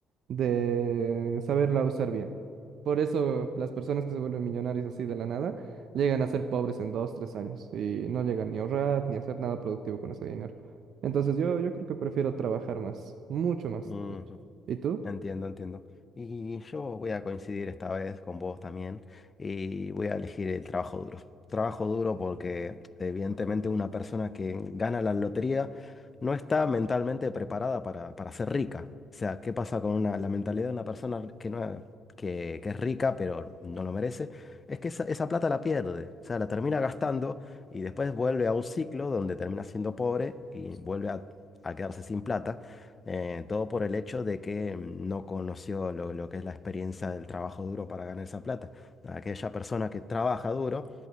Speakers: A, on the right; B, on the left.
A: de saberla usar bien. Por eso las personas que se vuelven millonarios así de la nada llegan a ser pobres en dos, tres años y no llegan ni a ahorrar ni a hacer nada productivo con ese dinero. Entonces yo, yo creo que prefiero trabajar más, mucho más,
B: Ujú.
A: de hecho. ¿Y tú?
B: Entiendo, entiendo. Y yo voy a coincidir esta vez con vos también y voy a elegir el trabajo duro. Trabajo duro porque evidentemente una persona que gana la lotería no está mentalmente preparada para, para ser rica. O sea, ¿qué pasa con una- la mentalidad de una persona que, no, que, que es rica pero no lo merece? Es que esa, esa plata la pierde, o sea, la termina gastando y después vuelve a un ciclo donde termina siendo pobre y vuelve a a quedarse sin plata eh, todo por el hecho de que mm, no conoció lo, lo que es la experiencia del trabajo duro para ganar esa plata. Aquella persona que trabaja duro